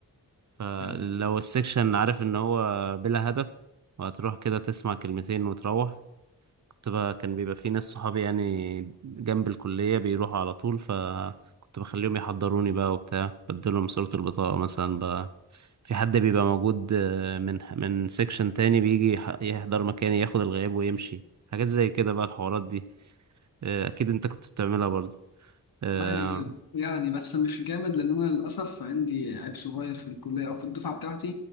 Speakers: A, on the right; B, on the left.
A: فلو
B: يعني
A: السكشن عارف ان هو بلا هدف وهتروح كده تسمع كلمتين وتروح كنت بقى كان بيبقى في ناس صحابي يعني جنب الكلية بيروحوا على طول فكنت بخليهم يحضروني بقى وبتاع بديلهم صورة البطاقة مثلا بقى في حد بيبقى موجود آه، من من سيكشن تاني بيجي يح- يحضر مكاني ياخد الغياب ويمشي حاجات زي كده بقى الحوارات دي آه، أكيد أنت كنت بتعملها برضه آه،
B: والله يعني بس مش جامد لان انا للاسف عندي عيب صغير في الكليه او في الدفعه بتاعتي